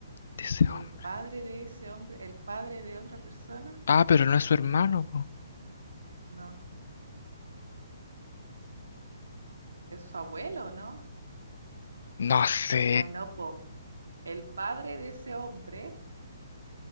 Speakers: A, on the left; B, on the right.
A: de ese
B: ¿El
A: hombre.
B: padre de ese hombre, el padre de otra persona?
A: Ah, pero no es su hermano, po.
B: No, es su abuelo, ¿no?
A: No sé.
B: Ay, no, po. El padre de ese hombre,